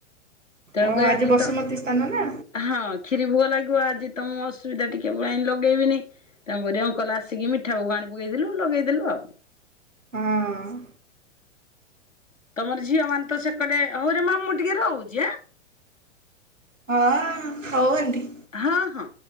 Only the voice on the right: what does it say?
ଓ
ବସୁମତୀ
ସ୍ଥାନ ନା
ହଁ।
ହଁ ହଉ ଆଣ୍ଟି।